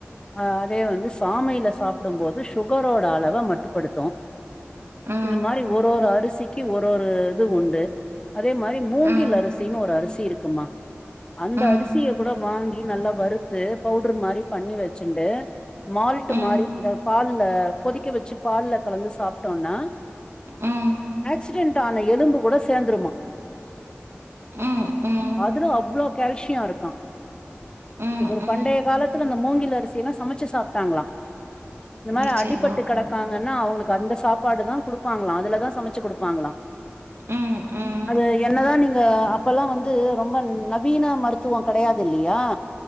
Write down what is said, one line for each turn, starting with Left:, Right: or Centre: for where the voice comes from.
Left: ஆஹ் அதே வந்து சாமையில சாப்பிடும்போது சுகரோட அளவை மட்டுப்படுத்தும்
Right: ம்
Left: இது மாதிரி ஒரு ஒரு அரிசிக்கு ஒரு ஒரு இது உண்டு அதே மாதிரி மூங்கில்
Right: ம்
Left: அரிசின்னு ஒரு அரிசி இருக்குமா அந்த
Right: ம்
Left: அரிசிய கூட வாங்கி நல்லா வறுத்து பவுடர் மாறி பண்ணி வச்சுன்டு மால்ட்
Right: ம்,
Left: மாறி இந்த பால்ல கொதிக்க வச்சு பால்ல கலந்து சாப்பிட்டோன்னா
Right: ம்,
Left: ஆக்சிடென்ட் ஆன எலும்பு கூட சேர்ந்துருமா
Right: ம், ம்,
Left: அதுல அவ்ளோ கால்சியம் இருக்கா
Right: ம்,
Left: ஒரு
Right: ம்.
Left: பண்டைய காலத்துல அந்த மூங்கில் அரிசிலாம் சமைச்சு சாப்பிட்டாங்களாம் இந்த மாறி
Right: நிச்சயமா.
Left: அடிபட்டு கிடக்காங்கன்னா அவுங்களுக்கு அந்த சாப்பாடு தான் குடுப்பாங்களாம் அதுலதான் சமைச்சு குடுப்பாங்களாம்
Right: ம், ம்.
Left: அது என்னதான் நீங்க அப்பல்லாம் வந்து ரொம்ப நவீன மருத்துவம் கிடையாது இல்லையா